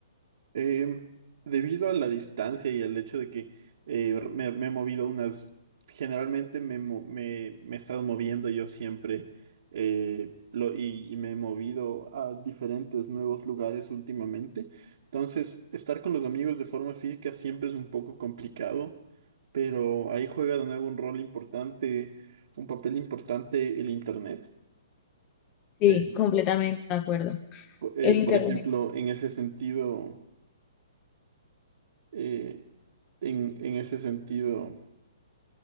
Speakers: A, on the right; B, on the left.
A: Eh, debido a la distancia y al hecho de que eh, me, me he movido unas, generalmente me, mo- me- me he estado moviendo yo siempre eh, lo- y, y me he movido a diferentes nuevos lugares últimamente. Entonces, estar con los amigos de forma física siempre es un poco complicado, pero ahí juega de nuevo un rol importante, un papel importante el internet.
B: Sí,
A: Eh,
B: completamente de acuerdo.
A: po- eh,
B: El internet.
A: por ejemplo, en ese sentido... eh, en, en ese sentido,